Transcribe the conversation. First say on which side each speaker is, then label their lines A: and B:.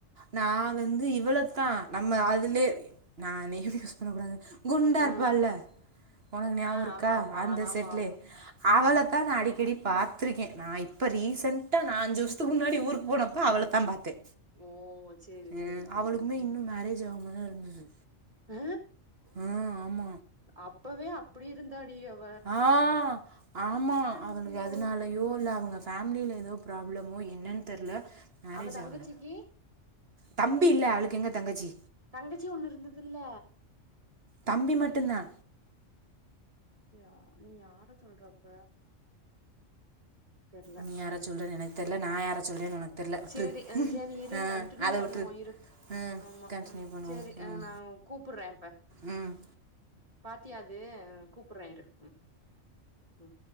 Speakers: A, on the right; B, on the right.
A: நா வந்து இவளவுத்தா நம்ம அதுலயே நா நேம் யூஸ் பண்ண கூடாது குண்டா
B: ஆ
A: இருப்பால்ல உனக்கு ஞாகபோ
B: ஆ
A: இருக்கா
B: ஆமா ஆமா
A: அந்த
B: ஆமா
A: செட்லயே அவள
B: ஆ
A: தா நா அடிக்கடி பா த்துருக்கே நா இப்ப ரீசெண்டா நா அஞ்சு வருஷத்துக்கு முன்னாடி ஊருக்கு போனப்போ அவளத்தா பாத்தே
B: ஓ சேரி
A: அ
B: சேரி சேரி
A: அவளுக்குமே
B: ம்
A: இன்னு மேரேஜ் ஆகாமதா இருந்தது
B: ஆ
A: ஆ ஆமா
B: அப்பவே அப்டி இருந்தாடி அவ
A: ஆ ஆமா
B: ஐயோ
A: அவளுக்கு அதனால யோ இல்ல அவங்க ஃபேமிலியில ஏதோ ப்ராப்ளமோ என்னன் தெர்ல மேரேஜ்
B: அவ தங்கச்சிக்கு
A: ஆவல தம்பில்ல அவளுக்கு எங்க தங்கச்சி
B: தங்கச்சி ஒண்ணு இருந்ததுல
A: தம்பி மட்டுதா
B: நீ யா நீ யார சொல்ற அப்ப தெர்ல
A: நீ யாரை
B: ம்
A: சொல்கிறேன்னு எனக்கு தெரில நான் யாரை சொல்கிறேன்னு உனக்கு தெரில விட்டுரு
B: சரி ம் சரி இரு
A: ஆ
B: கன்டினியூ
A: அதை
B: பண்ணுவோ
A: விட்டுரு
B: இரு
A: ஆ
B: ஆமா
A: கண்டினியூ
B: ம்
A: பண்ணுவோம்
B: சரி
A: ம்
B: ஆ நா கூப்புடுறே இப்ப
A: ம்
B: பாத்தியா அது கூப்புடுறே இரு ம் ம்